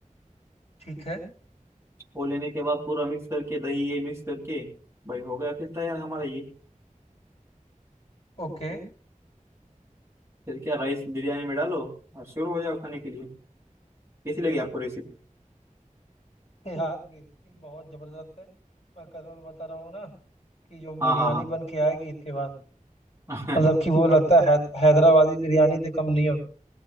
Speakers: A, on the left; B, on the right.
A: ठीक है
B: वो लेने के बाद पूरा मिक्स करके दही ये मिक्स करके भाई हो गया फिर तैयार हमारा ये
A: ओके
B: फिर क्या राइस बिरयानी में डालो और शुरू हो जाओ खाने के लिए कैसी लगी आपको रेसिपी
A: यार रेसिपी बहुत जबरदस्त है मैं कसम से बता रहा हूँ ना कि जो
B: हाँ
A: बिरयानी
B: हाँ
A: बन के आएगी इसके बाद
B: हाँ
A: मतलब कि वो लगता है, है हैदराबादी बिरयानी से कम नहीं होगी